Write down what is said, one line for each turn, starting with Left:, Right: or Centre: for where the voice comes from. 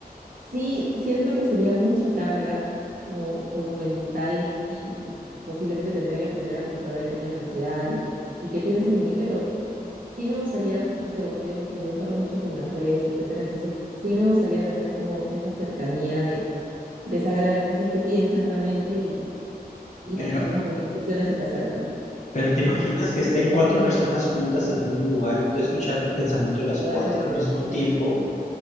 Right: sí, siento que sería mucha carga como, como mental y, y posiblemente tendría que aprender a controlar el tema de la ansiedad y, y qué piensen de mí, pero sí me gustaría, no sé, como te digo, como yo paro mucho con las redes, etcétera, entonces sí me gustaría tener como esa cercanía de, de saber a veces qué piensan realmente y, y
Left: pero,
Right: las personas con qué emociones se te acercan.
Left: pero te imaginas
Right: Un
Left: que estén cuatro personas juntas en un mismo lugar y tú escuchando el pensamiento de las
Right: poco
Left: cuatro
Right: de pensamiento.
Left: al mismo tiempo.